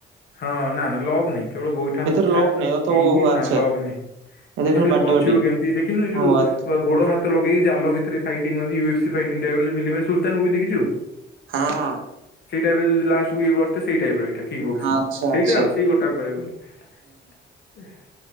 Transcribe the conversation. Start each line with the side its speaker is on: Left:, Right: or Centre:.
Left: ହଁ ନା ନା ଲଗ ନାହିଁ କେବଳ ଗୋଇଠା
Right: ଏଥର
Left: ମୁଠା
Right: ଲକ୍
Left: ପିଇକି
Right: ନାଇଁ ତ ଓହୋ ଆଚ୍ଛା
Left: ନା ଲଗ ନାହିଁ।
Right: ଏଥର
Left: ଏଠୁ ଖାଲି
Right: ବାଡେ
Left: ବଞ୍ଚିବ
Right: ବାଡି
Left: କେମିତି ଦେଖିନୁ ଏଇ ଯୋଉ
Right: ଓ ଆ
Left: ଗୋଡ଼ ହାତ ଲଗେଇ ଜାଲ ଭିତରେ fighting U F C typing ର ଜଉ ଫିଲ୍ମ ହୁଏ ସୁଲତାନ ମୁଭି ଦେଖିଛୁ?
Right: ହଁ
Left: ସେଇ ଟାଇପ ର ଯଦି ଲାଷ୍ଟକୁ ଏ ବତେ ସେଇ ଟାଇପ ଏଇଟା। କିକ ବକ୍ସିଂ
Right: ଆଚ୍ଛା
Left: ସେଇଟା
Right: ଆଚ୍ଛା
Left: ଆଉ ସେଇ ଗୋଟା କହିବାକୁ ଗଲେ।